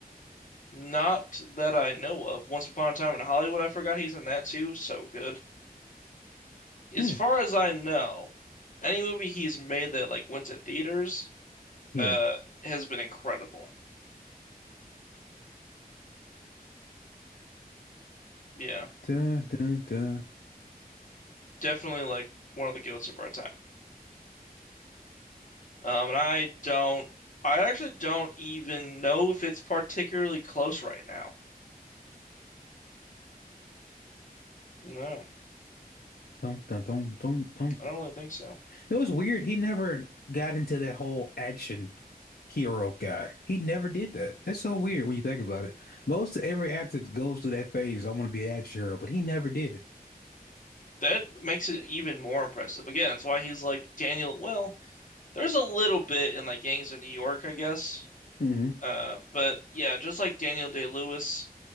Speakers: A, on the left; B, on the left.
A: Not that I know of. Once Upon a Time in Hollywood, I forgot he's in that too. So good. As
B: Hmm.
A: far as I know, any movie he's made that like went to theaters,
B: Yeah.
A: uh, has been incredible. Yeah,
B: Dun, dun, dun.
A: definitely like one of the goats of our time. Um, and I don't, I actually don't even know if it's particularly close right now. No,
B: Dun, dun, dun, dun, dun.
A: I don't really think so.
B: It was weird. He never got into that whole action hero guy. He never did that. That's so weird when you think about it. Most every actor goes through that phase, I want to be an action hero, but he never did.
A: That makes it even more impressive. Again, that's why he's like Daniel. Well, there's a little bit in like Gangs of New York, I guess.
B: hmm
A: Uh, but yeah, just like Daniel Day-Lewis,